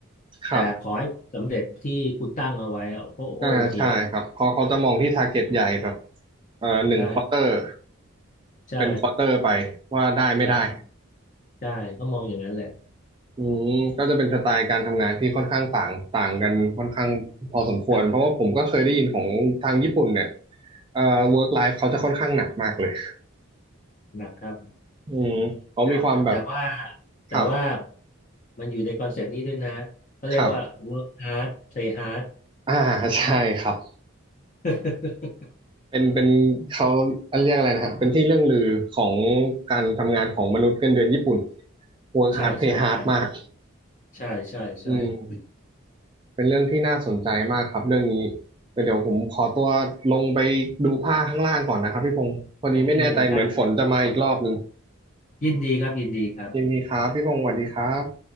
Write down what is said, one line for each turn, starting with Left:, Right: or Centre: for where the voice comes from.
Right: ครับ
Left: แต่ขอให้สำเร็จที่คุณตั้งเอาไว้อะเขาเขาโอเคแล้ว
Right: อ่าใช่ครับเพราะเขาจะมองที่ target ใหญ่แบบเอ่อหนึ่งควอเตอร์
Left: ใช่ใช่
Right: เป็นควอเตอร์ไปว่าได้ไม่ได้
Left: ใช่ ใช่เขามองอย่างนั้นแหละ
Right: อืมก็จะเป็นสไตล์การทำงานที่ค่อนข้างต่างต่างกันค่อนข้างพอสมควรเพราะว่าผมก็เคยได้ยินของทางญี่ปุ่นเนี่ย
Left: ถาม
Right: เอ่อ work life เขาจะค่อนข้างหนักมากเลย
Left: หนักครับ
Right: อืมเขามีความแบบ
Left: ครับแต่ว่าแต่ว่า
Right: ครับ
Left: มันอยู่ในคอนเซปต์นี้ด้วยนะเขาเรียกว่า
Right: ครับ
Left: work hard play hard
Right: อ่าใช่ครับ
Left: <laughs>
Right: เป็นเป็นเขาเรียกอะไรนะฮะเป็นที่เรื่องลือของการทำงานของมนุษย์เงินเดือนญี่ปุ่น work
Left: ใช่ใช่ใช่
Right: hard pay hard มาก
Left: ใช่ใช่ใช่ใช่
Right: อืม เป็นเรื่องที่น่าสนใจมากครับเรื่องนี้แต่เดี๋ยวผมขอตัวลงไปดูผ้าข้างล่างก่อนนะครับพี่พงศ์พอดีไม่แน่ใจเหมือนฝนจะมาอีกรอบหนึ่ง
Left: โอเคได้ยินดีครับยินดีครับ
Right: ยินดีครับพี่พงศ์สวัสดีครับ